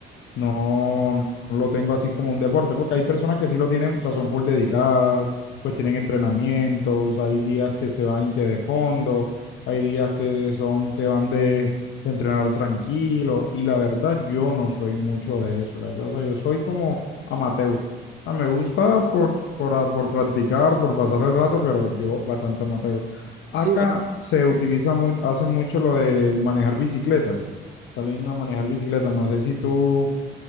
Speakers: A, on the left; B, on the right.
A: No, no lo tengo así como un deporte, porque hay personas que sí lo tienen, o sea, son full dedicadas, pues tienen entrenamientos, hay días que se van que de fondo, hay días que son que van de, de entrenar tranquilo, y la verdad yo no soy mucho de eso, la verdad, o sea, yo soy como amateur. Ah, me gusta por, por, a- por practicar, por pasar el rato, pero yo bastante amateur. Acá
B: Sí, o sea,
A: se utiliza mucho, hacen mucho lo del manejar bicicletas, salen a manejar bicicletas, no sé si tú